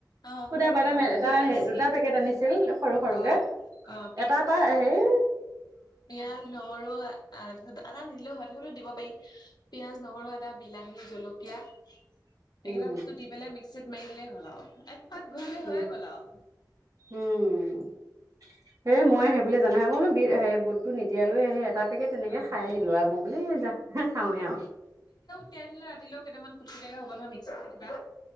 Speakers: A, on the left; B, on the right.
A: অ',
B: সুদা বাদাম
A: বাদামত
B: এটা
A: পিয়াজ
B: দুটা
A: দি
B: পেকেট আনিছিল সৰু সৰুকে।
A: অ', অ',
B: এটাৰ পা সেই
A: পিঁয়াজ, নহৰু আহ তাৰপাছত আদা নিদিলেও হয়, তথাপিটো দিব পাই। পিয়াজ, নহৰু, আদা, বিলাহী, জলকীয়া। এইকেইটা
B: উম,
A: বস্তু দি পেলাই মিক্সিত মাৰি দিলেই হ'ল আও, এক পাক ঘূৰিলে
B: উম,
A: হৈয়ে গ'ল আৰু।
B: উম সেই মই সেই বুলি জানাহে মই বোলো বিট সেই বুটতো নিতিয়া লোহে সেই এটা পেকেট তেনেকে
A: অ'।
B: খাই দিলো আও, এবোৰ বোলো এ যা খাওঁৱে আও
A: টিয়াই থলো ৰাতিলেও কেইটামান খোটকুটিয়াকে হ'ব নহয় মিক্সাৰতহে দিবা।